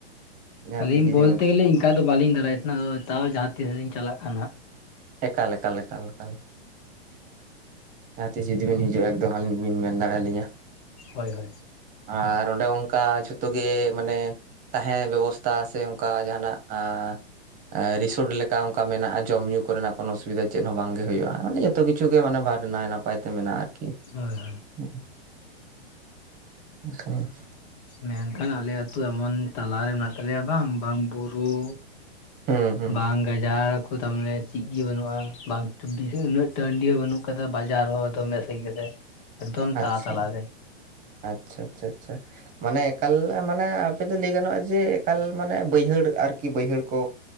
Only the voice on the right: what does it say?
ᱡᱟᱦᱟᱸ
ᱛᱤᱥ ᱡᱩᱫᱤ
ᱮᱠᱟᱞ ᱮᱠᱟᱞ ᱮᱠᱟᱞ ᱮᱠᱟᱞ ᱡᱟᱦᱟᱸ ᱛᱤᱥ ᱡᱩᱫᱤ ᱵᱤᱱ ᱦᱤᱡᱩᱜᱼᱟ ᱮᱠᱫᱚᱢ ᱟᱹᱞᱤᱧ ᱵᱤᱱ ᱢᱮᱱ ᱫᱟᱲᱮ ᱟᱹᱞᱤᱧᱟᱹ ᱾
ᱟᱨ ᱚᱸᱰᱮ ᱚᱱᱠᱟ ᱡᱷᱚᱛᱚ ᱜᱮ ᱢᱟᱱᱮ ᱛᱟᱦᱮᱸ ᱵᱮᱵᱚᱥᱛᱷᱟ ᱥᱮ ᱚᱱᱠᱟ ᱡᱟᱦᱟᱱᱟᱜ ᱟᱻ ᱮᱻ ᱨᱤᱥᱚᱴ ᱞᱮᱠᱟ ᱚᱱᱠᱟ ᱢᱮᱱᱟᱜᱼᱟ ᱡᱚᱢ ᱧᱩᱸ ᱠᱚᱨᱮᱱᱟᱜ ᱠᱚᱱᱚ ᱚᱥᱩᱵᱤᱫᱟ ᱪᱮᱫ ᱦᱚᱸ ᱵᱟᱝᱜᱮ ᱦᱩᱭᱩᱜᱼᱟ ᱾ ᱢᱟᱱᱮ ᱡᱚᱛᱚ ᱠᱤᱪᱷᱩ ᱜᱮ ᱢᱟᱱᱮ ᱵᱟᱨ ᱱᱟᱭ ᱱᱟᱯᱟᱭ ᱛᱮ ᱢᱮᱱᱟᱜᱼᱟ ᱟᱨᱠᱤ ᱾
ᱦᱩᱸ <unintelligible>
ᱦᱩᱸ ᱦᱩᱸ
ᱟᱪᱪᱷᱟ
ᱟᱪᱪᱷᱟ ᱟᱪᱪᱷᱟ ᱟᱪᱪᱷᱟ ᱢᱟᱱᱮ ᱮᱠᱟᱞ ᱢᱟᱱᱮ ᱟᱯᱮᱫ ᱫᱚ ᱞᱟᱹᱭ ᱜᱟᱱᱚᱜᱼᱟ ᱡᱮ ᱮᱠᱟᱞ ᱢᱟᱱᱮ ᱵᱟᱹᱭᱦᱟᱹᱲ ᱟᱨᱠᱤ ᱵᱟᱹᱭᱦᱟᱹᱲ ᱠᱚ